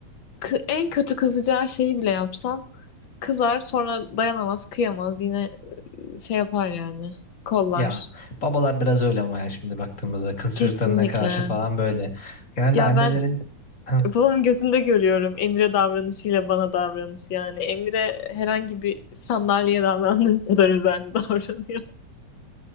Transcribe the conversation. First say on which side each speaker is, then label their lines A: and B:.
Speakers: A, on the left; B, on the left.
A: kı- en kötü kızacağı şeyi bile yapsam kızar sonra dayanamaz, kıyamaz. Yine şey yapar yani. Kollar.
B: Ya babalar biraz öyle ama ya şimdi baktığımızda kız
A: Kesinlikle.
B: çocuklarına karşı falan böyle. Genelde
A: Ya
B: annelerin
A: ben
B: <laughs>
A: babamın gözünde görüyorum Emre davranışıyla bana davranışı yani. Emre herhangi bir sandalyeye davrandığı kadar özenli <laughs> davranıyor.